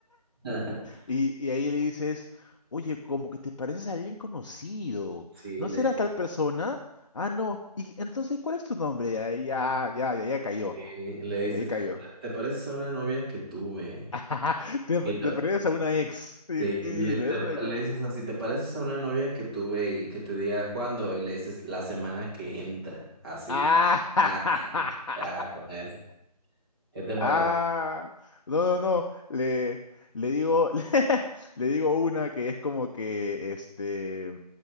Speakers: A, on the right; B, on the left.
A: <laughs>
B: Y, y ahí le dices, oye, como que te pareces a alguien conocido,
A: Sí,
B: ¿no
A: le,
B: serás tal persona? Ah, no, y entonces, ¿cuál es tu nombre? Ya, ya, ya, ya, ya cayó,
A: le, le dices,
B: de ahí cayó.
A: ¿te pareces a una novia que tuve?
B: <laughs> Te, te
A: Y lo-
B: pareces a una ex. <laughs> Sí,
A: sí, le,
B: sí, sí,
A: te-
B: ¿no es una ex?
A: le dices así, ¿te pareces a una novia que tuve y que te diga cuándo? Y le dices, la semana que entra, así.
B: Ah, <laughs>
A: Ah, <laughs> ya, con eso. ¿Qué te parece?
B: Ah,
A: <laughs>
B: no, no, no, le, le digo, <laughs> le digo una que es como que, este,